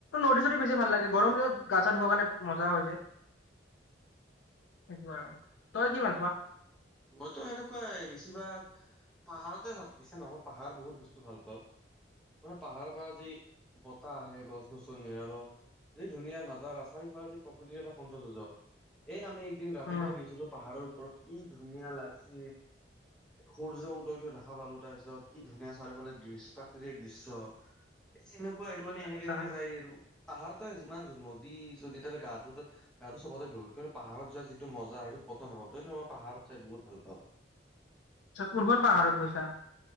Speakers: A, on the left (about 85°); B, in the centre.
A: নৰ্দী চদি বেছি ভাল লাগে গৰম দিনত গা চা ধুবৰ কাৰণে মজা হৈ যায় সেইটো আৰু তই কি ভাল পোৱা
B: মইতো এনেকুৱাই বেছিভাগ পাহাৰতে নহয় মই পাহাৰ বহুত বস্তু ভাল পাওঁ ম পাহাৰ পৰা যি বতাহ আহে গছ গছনিৰ যি ধুনীয়া নাজাৰা চাৰি ফাৰে যি প্ৰকৃতিৰ এটা সৌন্দৰ্য্য এই আমি একদিন ৰাতিপুৱা
A: উম
B: গৈছিলো পাহাৰত ওপৰত কি ধুনীয়া লাগিছে, সূৰ্য উদয়টো দেখা পালো তাৰপিছত। কি ধুনীয়া চ আৰুফালে প্ৰাকৃতিক দৃশ্য। এ এনেকুৱা এইটো মানে এনেকে
A: আচ্ছা
B: এনেকে যায়। পাহাৰতে যিমান যু নদী যদি তাতে গা ধত গাটো চবতে ধৌল কিন্তু পাহাৰত যোৱা যিটো মজা সেইটো খত হব তই পাহাৰত <unintelligible> চাই বহুত ভাল পাওঁ।
A: কোনখন পাহাৰত গৈছা।